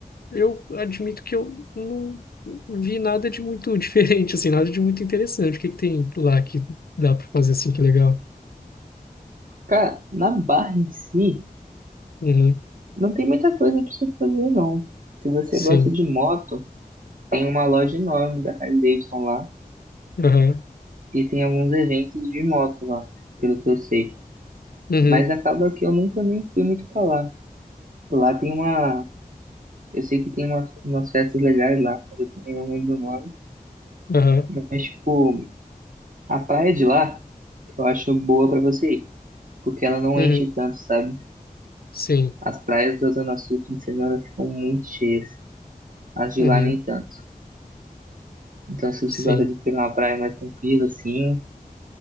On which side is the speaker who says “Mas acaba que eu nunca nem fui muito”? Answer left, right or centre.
Right